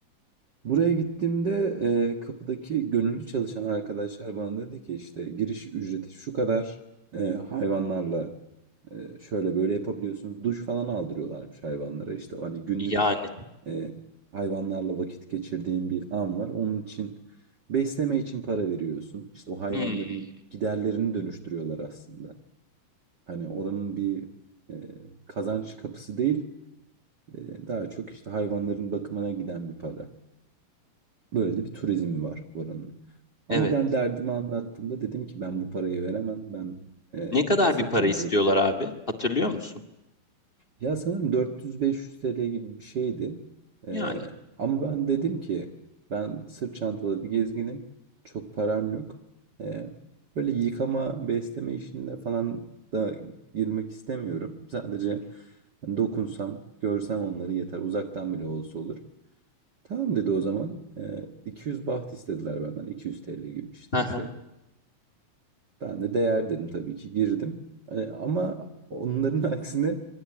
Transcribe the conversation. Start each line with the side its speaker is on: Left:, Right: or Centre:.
Right: Buraya gittiğimde, eee, kapıdaki gönüllü çalışan arkadaşlar bana dedi ki, işte, giriş ücreti şu kadar, eee, hayvanlarla, eee, şöyle böyle yapabiliyorsunuz. Duş falan aldırıyorlarmış hayvanlara. işte hani, günlük,
Left: Yani.
Right: eee, hayvanlarla vakit geçirdiğin bir an var. Onun için besleme için para veriyorsun. İşte, o hayvanların
Left: Hmm,
Right: giderlerini dönüştürüyorlar aslında. Hani, oranın bir, eee, kazanç kapısı değil, eee, daha çok, işte, hayvanların bakımına giden bir para. Böyle de bir turizmi var oranın. Ama
Left: evet.
Right: ben derdimi anlattığımda dedim ki ben bu parayı veremem. Ben e,
Left: Ne kadar
Right: sırt
Left: bir para
Right: çantalı.
Left: istiyorlar abi? Hatırlıyor musun?
Right: Ya sanırım 400-500 TL gibi bir şeydi. E,
Left: Yani.
Right: ama ben dedim ki ben sırt çantalı bir gezginim. Çok param yok. E, böyle yıkama, besleme işinde falan da girmek istemiyorum. Sadece hani, dokunsam, görsem onları yeter. Uzaktan bile olsa olur. Tamam dedi o zaman. Ee, 200 baht istediler benden. 200 TL gibi işte
Left: Hı hı.
Right: bir şey. Ben de değer dedim tabii ki girdim. Ee, ama onların <laughs> aksine